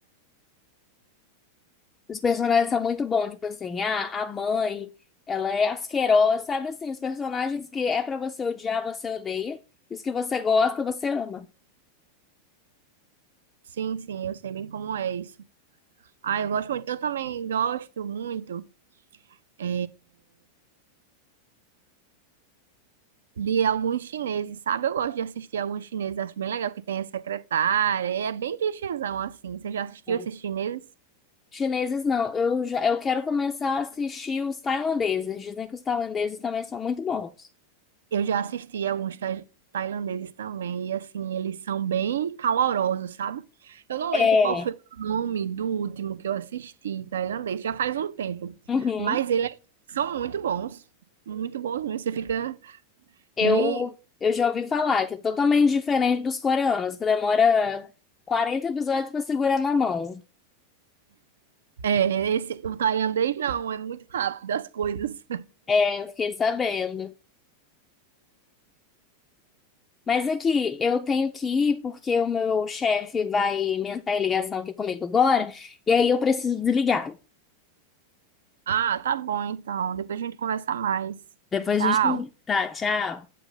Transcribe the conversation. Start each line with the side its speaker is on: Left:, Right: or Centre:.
Left: Os personagens são muito bons, tipo assim, a, a mãe, ela é asquerosa, sabe assim, os personagens que é pra você odiar, você odeia, e os que você gosta, você ama.
Right: Sim, sim, eu sei bem como é isso. Ah, eu gosto muito. Eu também gosto muito. é, de alguns chineses, sabe? Eu gosto de assistir alguns chineses, acho bem legal que tem a secretária, é bem clichêzão assim. Você já assistiu
Left: Não.
Right: esses chineses?
Left: Chineses não, eu já, eu quero começar a assistir os tailandeses. Dizem que os tailandeses também são muito bons.
Right: Eu já assisti alguns tai- tailandeses também, e assim, eles são bem calorosos, sabe? Eu não
Left: É.
Right: lembro qual foi o nome do último que eu assisti tailandês, já faz um tempo,
Left: Uhum.
Right: mas eles são muito bons, muito bons mesmo. Você fica
Left: Eu,
Right: bem.
Left: eu já ouvi falar que é totalmente diferente dos coreanos, que demora 40 episódios pra segurar na mão.
Right: É, esse, o tailandês não, é muito rápido as coisas.
Left: É, eu fiquei sabendo. Mas aqui, eu tenho que ir porque o meu chefe vai entrar em ligação aqui comigo agora, e aí eu preciso desligar.
Right: Ah, tá bom então. Depois a gente conversa mais.
Left: Depois
Right: Tchau.
Left: a gente. Tá, tchau.